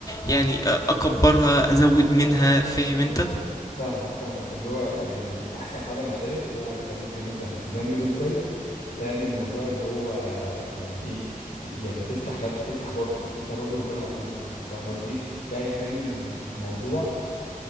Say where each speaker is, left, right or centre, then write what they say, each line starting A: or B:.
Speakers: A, on the left (about 25°); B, on the left (about 85°).
A: يعني اكبرها ازود منها فاهم انت
B: فاهمك فاهمك اللي هو يعني احسن حل انا شايف هو انت ممكن مثلا جنب الويب سايت تعمل موضوع اللي هو يعني ايه ت- يعني تفتح نب... تفتح برضه يعني تفتح برضه مكان عطور فاهم قصدي ده هيخلي الموضوع